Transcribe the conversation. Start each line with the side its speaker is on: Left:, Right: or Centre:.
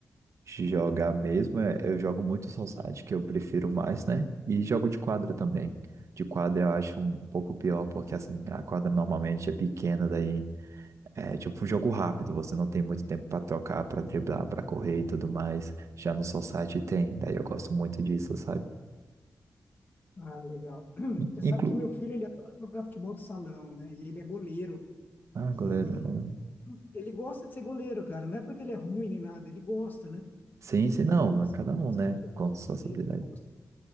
Right: de jogar mesmo, é- eu jogo muito society, que eu prefiro mais, né? E jogo de quadra também. De quadra eu acho um pouco pior, porque assim, a quadra normalmente é pequena, daí é tipo um jogo rápido, você não tem muito tempo pra trocar, pra driblar, pra correr e tudo mais. Já no society tem, daí eu gosto muito disso, sabe?
Left: Ah, legal. <clears throat>
Right: In-
Left: Você
Right: Inclu...
Left: sabe que meu filho, ele adora jogar futebol de salão, né, e ele é goleiro.
Right: Ah,
Left: E
Right: goleiro, né?
Left: ele gosta de ser goleiro, cara. Não é porque ele é ruim nem nada, ele gosta, né?
Right: Sim, sim,
Left: E
Right: não.
Left: eu assisto
Right: é Cada um,
Left: bastante
Right: né?
Left: os
Right: Com
Left: jogos
Right: suas
Left: dele,
Right: habilidades.
Left: eu gosto